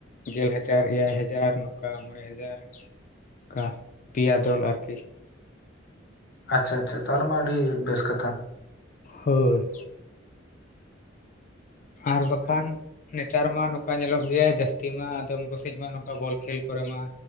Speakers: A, on the left (about 40°); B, on the left (about 60°).
A: ᱜᱮᱞ ᱦᱟᱡᱟᱨ, ᱮᱭᱟᱭ ᱦᱟᱡᱟᱨ ᱱᱚᱝᱠᱟ ᱢᱚᱬᱮ ᱦᱟᱡᱟᱨ᱾ ᱠᱟ ᱯᱤᱭᱟ ᱫᱚᱞ ᱟᱨᱠᱤ᱾
B: ᱟᱪᱪᱷᱟ ᱟᱪᱪᱷᱟ ᱛᱟᱦᱚᱞᱮ ᱢᱟ ᱟᱹᱰᱤ ᱵᱮᱥ ᱠᱟᱛᱷᱟ᱾
A: ᱦᱳᱭ᱾ ᱟᱨ ᱵᱟᱠᱷᱟᱱ ᱱᱮᱛᱟᱨ ᱢᱟ ᱱᱚᱝᱠᱟ ᱧᱮᱞᱚᱜ ᱜᱮᱭᱟ ᱡᱟᱹᱥᱛᱤ ᱢᱟ ᱟᱫᱚᱢ ᱠᱚᱥᱮᱡ ᱢᱟ ᱱᱚᱝᱠᱟ ᱵᱚᱞ ᱠᱷᱮᱞ ᱠᱚᱨᱮ ᱢᱟ